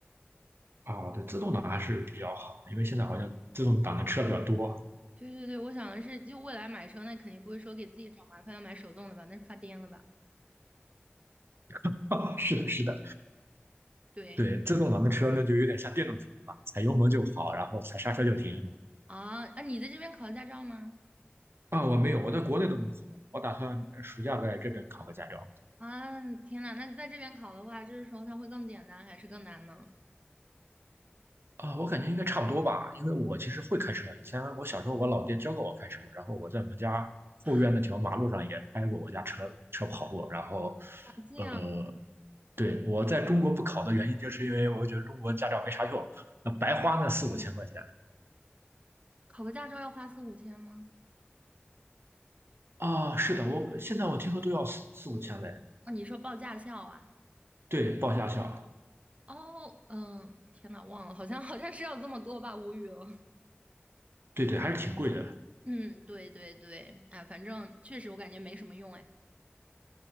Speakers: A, on the right; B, on the right.
A: 哦，对，自动挡还是比较好，因为现在好像自动挡的车比较多。
B: 对对对，我想的是，就未来买车，那肯定不会说给自己找麻烦要买手动的吧？那是发癫了吧？
A: <laughs> 是的，是的，
B: 对。
A: 对，自动挡的车那就有点像电动车了，踩油门就跑，然后踩刹车就停。
B: 啊啊！你在这边考驾照吗？
A: 啊，我没有，我在国内都没有考过，我打算暑假在这边考个驾照。
B: 啊，天呐，那在这边考的话，就是说它会更简单还是更难呢？
A: 啊、我感觉应该差不多吧，因为我其实会开车。以前我小时候，我老爹教过我开车，然后我在我们家后院那条马路上也开过我家车车跑过。
B: 啊，
A: 然后，
B: 这样
A: 呃，对，
B: 啊
A: 我在中国不考的原因，就是因为我觉得中国驾照没啥用，那白花那四五千块钱。
B: 啊，考个驾照要花四五千吗？
A: 啊、是的，我现在我听说都要四四五千嘞。
B: 啊，你说报驾校啊？
A: 对，报驾校，
B: 哦，嗯，天呐，忘了，好像好像是要这么多吧，无语了。<laughs>
A: 对对，还是挺贵的。
B: 嗯，对对对，哎，反正确实我感觉没什么用，哎，